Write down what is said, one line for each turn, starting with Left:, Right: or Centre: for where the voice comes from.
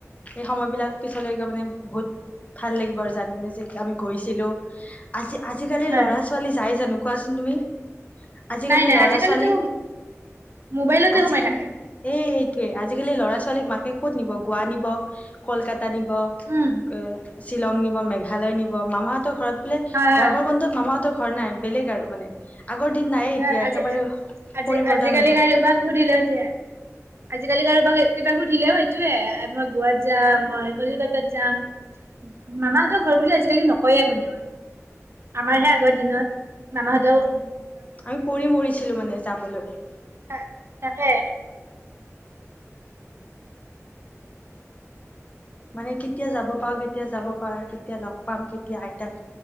Left: সেই সময় বিলাক পিছলৈকে মানে বহুত ভাল লাগিব আৰু জানি কিনে যে আমি গৈছিলো আজি আজিকালি
Right: হয়
Left: ল'ৰা ছোৱালী যাই জানো কোৱাচোন তুমি। আজিকালি
Right: নাই নাই
Left: ল'ৰা
Right: আজিকালিতো
Left: ছোৱালীক,
Right: মোবাইলতে
Left: আজি
Right: সোমাই থাকে
Left: এই তোৱে আজিকালি ল'ৰা ছোৱালীক মাকে ক'ত নিব, গোৱা নিব কলকাতা টানিব,
Right: উম
Left: এ শ্বিলং নিব, মেঘালয় নিব, মামাহঁতৰ ঘৰত
Right: হয় হয়
Left: গৰমৰ বন্ধত মামা তোৰ ঘৰ নাই, বেলেগ আৰু মানে। আগৰ দিন নাইয়ে
Right: হয়,
Left: এতিয়া একেবাৰে
Right: আজি- আজি
Left: পৰিৱৰ্তন
Right: আজিকালি
Left: হৈ গ'ল
Right: কাৰবাক সুধিলে এতিয়া, আজিকালি কাৰোবাক কিবা সুধিলেও সেইটোয়ে, মই গোৱাত যাম মই কলিকতাত যাম, মামাহতৰ ঘৰ বুলি আজিকালি নকয়ে কোনেও, আমাৰহে আগৰ দিনত মামাহতও
Left: আমি পৰি মৰিছিলো মানে যাবলৈ। <inaudible>
Right: টা তাকে।
Left: মানে কেতিয়া যাব পাওঁ, কেতিয়া যাব পাওঁ, কেতিয়া লগ পাম, কেতিয়া আইতাক